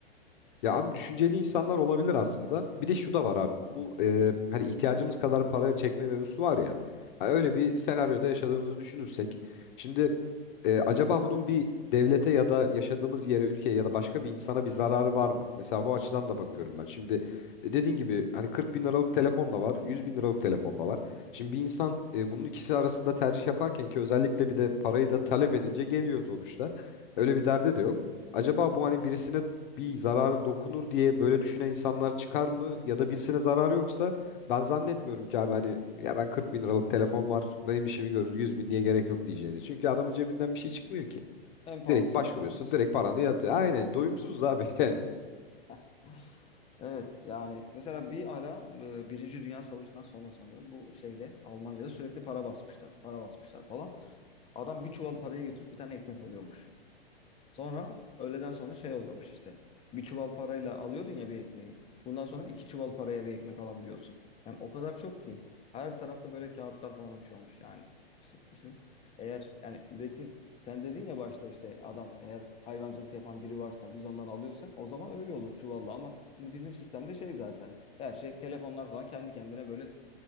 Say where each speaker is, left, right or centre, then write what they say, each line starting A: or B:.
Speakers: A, on the left; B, on the left.
A: Ya abi düşünceli insanlar olabilir aslında. Bir de şu da var abi. Bu e, hani ihtiyacımız kadar para çekme mevzusu var ya. Ha, öyle bir senaryoda yaşadığımızı düşünürsek. Şimdi e, acaba bunun bir devlete ya da yaşadığımız yere, ülkeye ya da başka bir insana bir zararı var mı? Mesela bu açıdan da bakıyorum ben. Şimdi e, dediğin gibi hani 40 bin liralık telefon da var, 100 bin liralık telefon da var. Şimdi bir insan e, bunun ikisi arasında tercih yaparken ki özellikle bir de parayı da talep edince geliyor sonuçta. Öyle bir derdi de yok. Acaba bu hani birisine bir zararı dokunur diye böyle düşünen insanlar çıkar mı? Ya da birisine zararı yoksa ben zannetmiyorum ki abi hani ya ben 40 bin liralık telefon var benim işimi görür 100 bin diye gerek yok diyeceğini. Çünkü adamın cebinden bir şey çıkmıyor ki.
B: En pahalısını
A: Direkt başvuruyorsun
B: ister diyorsun
A: direkt
B: direkt.
A: paranı yatıyor. Aynen doyumsuz abi <laughs> yani.
B: <laughs> Evet yani mesela bir ara e, Birinci Dünya Savaşı'ndan sonra sanırım bu şeyde Almanya'da sürekli para basmışlar. Para basmışlar falan. Adam bir çuval parayı götürüp bir tane ekmek alıyormuş. Sonra öğleden sonra şey oluyormuş işte. Bir çuval parayla alıyordun ya bir ekmeği. Bundan sonra iki çuval paraya bir ekmek alabiliyorsun. Yani o kadar çok ki. Her tarafta böyle kağıtlar falan uçuyormuş yani. Şimdi düşün. Eğer yani üretim sen dedin ya başta işte adam eğer hayvancılık yapan biri varsa biz ondan alıyorsak o zaman öyle olur çuvalla ama şimdi bizim sistemde şey zaten her şey telefonlar falan kendi kendine böyle